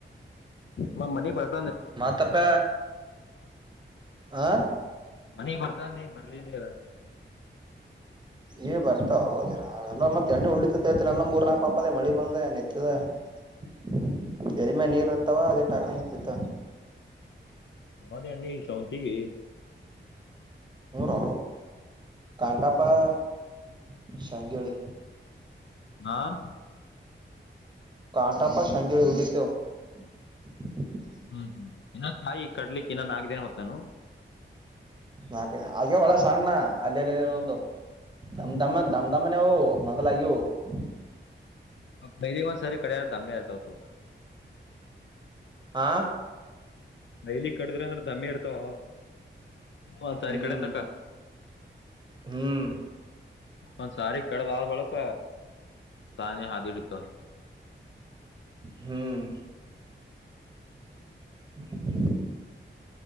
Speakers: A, on the left; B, on the right.
A: ನ್ ಮನಿ ಬರ್ <unintelligible>
B: ಮಾತಪ್ಪಯಾ ಆ
A: ಮನಗ್ ಬರ್ತಾನಿ ಬರ್ಲಿಲ್ಲ ಅಲ್ಲ
B: ಈ ಬರ್ತಾವ ಜರ ಆಗಲ್ಲ ಮತ್ತೆ ಎಣ್ಣೆ ಉಳಿತೇತಿಲ್ಲ ನಲ್ಲ ಮೂರ್ ನಾಲ್ಕ್ು ಪಂಪದದೆ ಮಳಿ ಬಂದ ನಿಂತಿದೆ <unintelligible> ಎಡಿಮೆ ನೀರ್ ಇತ್ತಾವ ಅದೇ ಟಕನ ಕುಡಿತಾ
A: ನೌದೇ ಅಂಡಿ ಶಾವಂತಿಿಗೆ <unintelligible>
B: ಹ ರ ಕಾಂತಪ್ಪ <unintelligible> ಶಾಂಗೇಳಿ
A: ಆ..
B: ಕಾಂಟಾಪ್ಪ ಶಂಗರು ಉಡಿತು <unintelligible>
A: ಹ್ಮ್ ಹ್ಮ್ ಇನ್ನ ಕಾಯಿ ಕಡ್ಲಿಕ್ ಇನ್ನ ನಾಕೇನ್ ಹೊತಾನು
B: ಬ ಅೋ ಒಳ ಸಣ್ಣ <unintelligible> ಅಲ್ಲಿ ಅ
A: ಹ್ಮ್
B: ದ ದ ದಮ
A: ಹ್ಮ್
B: ದಾಮಾನ ಹ ಮತ್ತೆ ಲಾಗ <unintelligible>
A: ಬೈಲಿ ಒಂದ್ ಸರಿ ಕಡ್ಯಾರ ಧಾಮ್ಯ ಇರ್ತವತ್ತು
B: ಹಾ
A: ಮೈಲಿ ಕಡಿದ್ರೆ ಅಂದ್ರ ದಮ್ಮಿ ಇರ್ತಾವ ಒಂದ್ ಸಾರೀ
B: ಹ್ಮ್
A: ಕಡೆ ತನಕ್ಕ
B: ಹ್ಮ್
A: ಒಂದ್ ಸಾರಿ ಕಡದ ಆದಾದ ಬಳಕ ತಾನೇ ಹಾದಿಡಿತ್ತವ
B: ಹ್ಮ್ <inaudible>